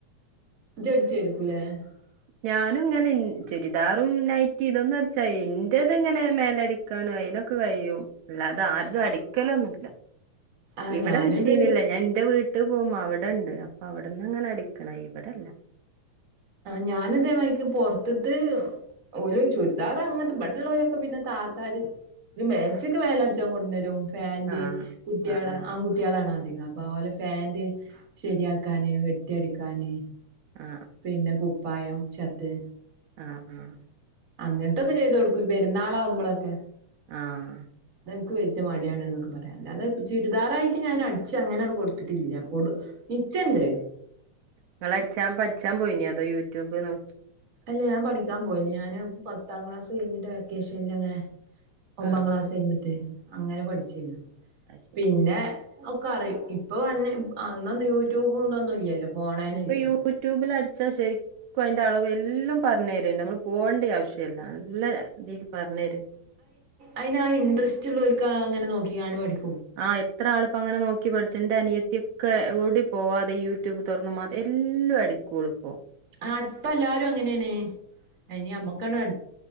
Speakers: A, on the right; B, on the right.
A: <unintelligible>
B: ഞാനും ഇങ്ങനെ ചുരുദാറും, നൈറ്റിയും ഇത്‌ ഒന്നും അടിച്ചാലും എന്റെ ഇങ്ങനെ അടിക്കാൻ അതിനൊക്കെ കഴിയും അല്ലാതെ ആർക്കും അടിക്കൽ ഒന്നും ഇല്ല
A: ആഹ്
B: ഇവിടെ
A: ഞാനിത്
B: മിഷീനില്ല ഞാൻ ഇന്റെ വീട്ട് പോവ്മ്പം അവ്ടെണ്ട്. അവ്ട്ന്ന് ങ്ങനെ അടിക്ക്ണ ഇവടല്ല.
A: ഞാനുതേമായിക്ക് പൊർത്ത്ത്ത് ഓല് ചുര്ദാറ് അങ്ങൻത്തെ ബടെല്ലോലൊക്കെ പിന്നെ താത്താര് ന്നെ മേക്സിയൊക്കെ മേലെ അട്ച്ചാൻ കൊട്ന്നരും. പാന്റ്
B: ആഹ്
A: കുട്ടിയാളെ
B: ആഹ്
A: ആങ്കുട്ടിയളാണ ന്നാപ്പ ഓലെ പാന്റ്. ശെരിയാക്കാന് വെ ട്ടി അടിക്കാന്.
B: ആ
A: പിന്നെ കു പ്പായം, ഷർട്ട്‌.
B: ആഹ് ആഹ്
A: അങ്ങൻത്തൊക്കെ ചെയ്തു കൊടുക്കും. പെരുന്നാളാവുമ്പ്ളൊ ക്കെ.
B: ആഹ്
A: ക്ക് വെജ്ജ മടിയാണ് ന്നൊക്കെ പറയാ. അല്ലാതെ ചുരിദാറായിട്ട് ഞാന് അട്ച്ച് അങ്ങനെണ്ട് കൊട് ത്തിട്ടില്ല. കൊടു നിച്ചണ്ട്.
B: ഇങ്ങള് അട്ച്ചാ പട്ച്ചാം പോയിനോ. അതോ യൂട്യൂബ് നോ
A: അല്ല ഞാന് പഠിയ്ക്കാൻ പോയിനി ഞാന ഞാൻ പത്താം ക്ലാസ് കഴിഞ്ഞിട്ട് വെക്കേഷനിലങ്ങനെ ഒമ്പാ
B: ആഹ്
A: ക്ലാസ്സ് കയിഞ്ഞിട്ടേ അങ്ങനെ പഠിച്ചീന്
B: അത് ശരി
A: പിന്നെ ഒക്കറീ ഇപ്പ വന്നേ അന്ന് യൂ ട്യൂബും കുന്തോന്നും ഇല്ലല്ലോ ഫോണന്നെ
B: ഇപ്പം
A: ഇല്ലല്ലോ
B: യൂ ട്യൂബിലടിച് ചാ ശരിക്കും അതിന്റെ അളവെല്ലാം പറഞ്ഞു തരമ്മളെ പോവണ്ടിയ ആവശ്യം ഇല്ലാ എല്ലാ ഇതി പറഞ്ഞു തരും
A: അയിനാ ഇൻട്രെസ്ട്രോള്ളോർക്കാ അങ്ങിനെ നോക്കിയാണു പഠിക്കു
B: ആ എത്രാളിപ്പങ്ങനെ നോക്കി മേടിച്ചു ന്റനിയത്തിക്കേ ഓടി പോവാതെ യൂട്യൂബു തൊറന്ന മാ എല്ലടിക്കോളും ഇപ്പം
A: ആ ഇപ്പെല്ലാരും അങ്ങനെഅന്നെ ഇനി അമ്മക്കവിടെ അടു